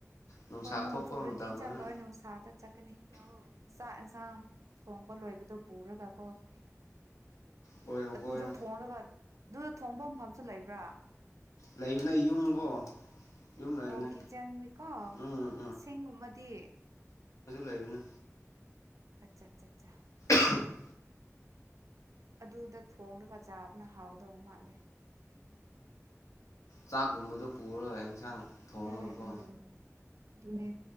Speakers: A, on the left (about 70°); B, on the right (about 70°).
A: ꯅꯨꯡꯁꯥ
B: ꯍꯣꯏ ꯅꯣꯡ
A: ꯊꯣꯛꯄ
B: ꯆꯨꯔꯗꯤ
A: ꯃꯇꯝꯗꯅ
B: ꯆꯠꯂꯣꯏ ꯅꯨꯡꯁꯥꯗ ꯆꯠꯀꯅꯤ ꯆꯥꯛ ꯌꯦꯟꯁꯥꯡ ꯊꯣꯡꯕ ꯂꯣꯏꯕꯗꯣ ꯄꯨꯔꯒ ꯀꯐ
A: ꯀꯣꯏꯔꯣ
B: ꯑꯗꯨꯗ
A: ꯀꯣꯏꯔꯣ
B: ꯊꯣꯡꯅꯕ ꯑꯗꯨꯗ ꯊꯣꯡꯕ ꯃꯥꯐꯝꯁꯨ ꯂꯩꯕ꯭ꯔꯥ
A: ꯂꯩꯕꯅꯦ ꯌꯨꯝ ꯀꯣ ꯌꯨꯝ ꯂꯩꯕꯅꯦ
B: ꯑꯣ ꯀꯤꯠꯆꯟ ꯃꯤꯀꯣ
A: ꯎꯝ
B: ꯁꯤꯡꯒꯨꯝꯕꯗꯤ
A: ꯂꯩꯕꯅ
B: ꯑꯠꯆꯥ ꯆꯥ ꯆꯥ
A: ꯍ <unintelligible>
B: ꯑꯗꯨꯗ ꯊꯣꯡꯂꯒ ꯆꯥꯕꯅ ꯍꯥꯎꯗꯧꯕ ꯃꯥꯜꯂꯦ
A: ꯆꯥꯛꯒꯨꯝꯃꯗꯨ ꯄꯨꯔꯒ ꯑꯦꯟꯁꯥꯡ ꯊꯣꯡꯉꯒꯀꯣ
B: ꯎꯝ ꯎꯝ ꯑꯗꯨꯅꯦ